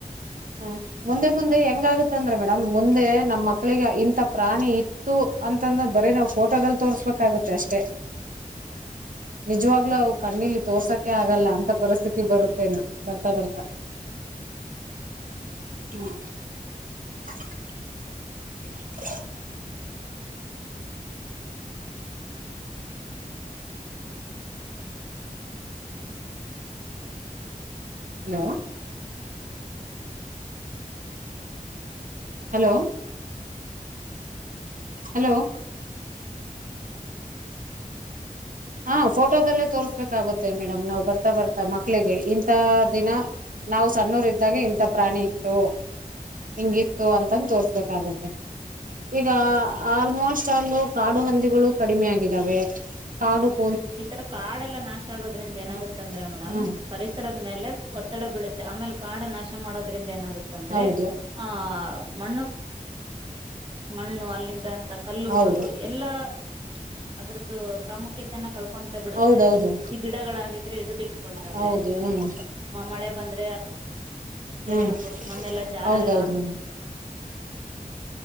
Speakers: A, on the right; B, on the right.
A: ಹ ಮುಂದೆ, ಮುಂದೆ, ಹೆಂಗಾಗತ್ತಂದ್ರ ಮೇಡಮ್ ಮುಂದೆ. ನಮ್ ಮಕ್ಕಳಿಗೆ, ಇಂತ ಪ್ರಾಣಿ, ಇತ್ತು ಅಂತಂದ್ರ ಬರೀ ನಾವ್ ಪೇಟೋಲ್ ತೋರ್ಸ್ಬೇಕಾಗತ್ತೆ, ಅಷ್ಟೆ ನಿಜವಾಗ್ಲುೂ ಅವು ಕಣ್ಣಿಲಿ ತೋರ್ಸಕೆ ಆಗಲ್ಲ ಅಂತ ಪರಿಸ್ಥಿತಿ ಬರುತ್ತೇನ್ ಬರ್ತಾ, ಬರ್ತಾ. <unintelligible> ಹ್ಮ್. <inaudible> <inaudible> ಹಲೋ? ! <inaudible> Hello!.. hello! <inaudible> ಹಾ, ಫೋಟೋದಲ್ಲೇ ತೋರ್ಸ್ಬೇಕಾಗುತ್ತೆ ಮೇಡಮ್. ನಾವ್ ಬರ್ತಾ, ಬರ್ತಾ, ಮಕ್ಳಿಗೆ ಇಂತಥ ದಿನ. ನಾವ್ ಸಣ್ಣೂರ್ ಇದ್ದಾಗ ಇಂಥ ಪ್ರಾಣಿ ಇತ್ತು ಹಿಂಗಿತ್ತು ಅಂತಂದು, ತೋರ್ಸ್ಬೇಕಾಗುತ್ತೆ. ಈಗ ಆಲ್ಮೋಸ್ಟ್ ಅೂ ಕಾಡು ಹಂದಿಗಳು ಕಡಿಮೆ ಆಗಿದಾವೆ. <unintelligible> ಆಾಡು.. <inaudible>
B: ಈ, ತರ ಕಾಡೆ ಎಲ್ಲಾ ನಾಶ. ಆಗೋದ್ರಿಂದ ಏನಾಗತ್ತ
A: ಹ್ಮ
B: ಅಂದ್ರೆ ಮೇಡಮ್.
A: ಹ್ಮ್
B: ಪರಿಸರದ, ಮೇಲೆ ಒ? <inaudible> ಒತ್ತಡ, ಬೀಳುತ್ತೆ. ಆಮೇಲೆ ಕಾಡಾಶ ಮಾಡೋದ್ರಿಂದ ಏನಾಗುತ್ತೆ. <inaudible> ಆ ತಂದ್ರೆ
A: ಹೌದು
B: ಆಹ. ಮಣ್ಣು, ಮಣ್ಣು ಅಲ್ಲಿಂದಂತ ಕಲ್ಲುಗಳು
A: ಹೌದು
B: ಎಲ್ಲಾ? <inaudible> ಅದ್ರದ್ದು, ಪ್ರಾಮುಖ್ಯತೆ. <inaudible> <inaudible> ಅಂತ, ಬಿಡುತ್ತೆ
A: ಹೌದೌದು
B: ಈ ಗಿಡಗಳಾಗ? <inaudible> ಎಡು. <inaudible> ತ,
A: ಹೌದು ಹ್ಮ್
B: ಮಳೆ ಬಂದ್ರೆ. <inaudible> ತಗಡು,
A: ಹ್ಮ್
B: ಕೊಡ್, ಮಣ್ಣೆಲ್ಲ, ಜರಾಲಾ..
A: ಹೌದೌದು
B: <inaudible>
A: ಮೇಡಮ್